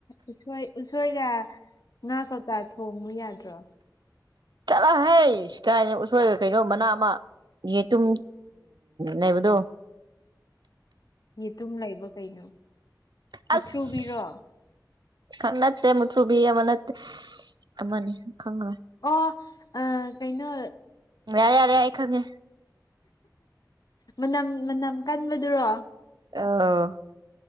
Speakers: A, on the left; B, on the right.
A: ꯎꯁꯣꯏ ꯎꯁꯣꯏꯒ ꯉꯥ ꯀꯧꯇꯥ ꯊꯣꯡꯉꯨ ꯌꯥꯗ꯭ꯔꯣ
B: ꯀꯔꯥ ꯍꯥꯏꯩꯁ ꯀꯥꯏ ꯎꯣꯏ ꯀꯩꯅꯣ ꯃꯅꯥ ꯑꯃ ꯌꯦ ꯇ ꯎꯝ ꯅꯕꯨꯗꯣ
A: ꯌꯦꯇꯨꯝ ꯂꯩꯕ ꯀꯩꯅꯣ
B: ꯑꯁ
A: ꯃꯤꯊ꯭ꯔꯨꯕꯤꯔꯣ
B: ꯈꯪ ꯅꯠꯇꯦ ꯃꯨꯊ꯭ꯔꯨꯕꯤ ꯑꯃ ꯅꯠꯇꯦ ꯑꯃꯅꯤꯅꯤ ꯈꯪ
A: ꯑꯣ ꯑ ꯀꯩꯅꯣ
B: ꯌꯥꯔꯦ ꯌꯥꯔꯦ ꯍꯥꯏꯏ ꯈꯪꯉꯦ
A: ꯃꯅꯝ ꯃꯅꯝ ꯀꯟꯕꯗꯨꯔꯣ
B: ꯑꯧ